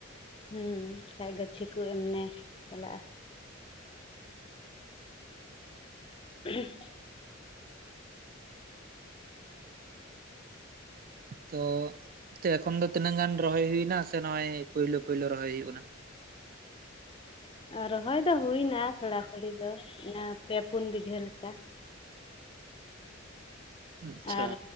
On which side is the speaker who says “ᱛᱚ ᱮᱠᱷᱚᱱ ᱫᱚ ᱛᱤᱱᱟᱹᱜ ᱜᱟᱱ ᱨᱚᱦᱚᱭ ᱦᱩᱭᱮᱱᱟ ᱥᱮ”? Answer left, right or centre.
Right